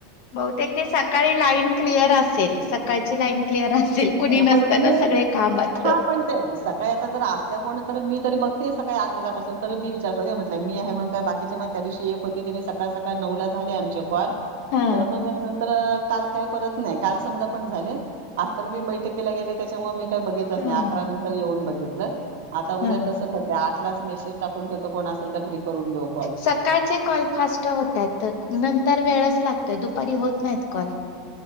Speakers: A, on the left; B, on the right.
A: बहुतेक ते सकाळी लाईन क्लिअर असेल स- सकाळची लाईन क्लिअर असेल
B: हं,
A: कुणी नसत
B: पण मी
A: ना सगळे कामात-
B: हा पण ते सकाळी आता जर असल्या कोण तर मी तरी बघते सकाळी आठ वाजापासून तर मी विचार करते म्हटलं मी आहे म्हणून काय बाकीच्या म त्या दिवशी एक होते ते सकाळ सकाळी नऊ ला झाले आमच्या- कॉल
A: हा
B: तर मग नंतर- काल काय करत नाही काल समजा- झाले आज तर मी बैठकीला गेले त्याच्यामुळे- का बघितलंच
A: हा
B: नाही अकरा नंतर येऊन बघितलं- आता
A: हा
B: उद्या तसं करते आठलाच मेसेज टाकून ठेवतो कोण असेल तर- फ्री करून घेऊ कॉल
A: सकाळचे कॉलफास्ट होत आहेत नंतर वेळच लागतोय दुपारी होत- होय नाहीत कॉल-